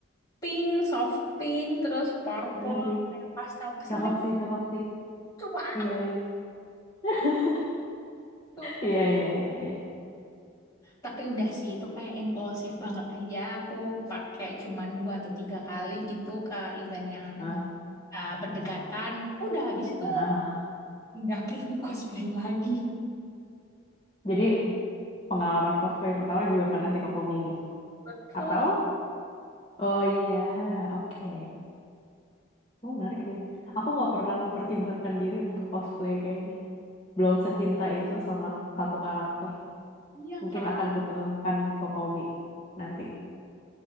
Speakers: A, on the left; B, on the left.
A: pink, soft pink, terus purple,
B: keren sih.
A: kayak pastel-pastel
B: Cakep
A: kayak
B: sih, cakep sih.
A: lucu banget
B: Iya, iya, <laughs>
A: tuh.
B: iya, iya, iya. iya.
A: Tapi udah sih, itu kayak impulsif banget aja. Aku pakai cuman dua atau tiga kali gitu ke event yang
B: Ah,
A: eh, berdekatan. Udah habis itu
B: ah, ah, ah.
A: nggak perlu <laughs> cosplay lagi.
B: Jadi pengalaman cosplay pertama juga karena si Kokomi ini.
A: Betul.
B: Atau? Oh iya, oke. Oh, menarik sih. Aku nggak pernah mempertimbangkan diri untuk cosplay kayaknya. Belum secinta itu sama satu karakter.
A: Iya
B: Mungkin
A: kak,
B: akan kutemukan Kokomi nanti.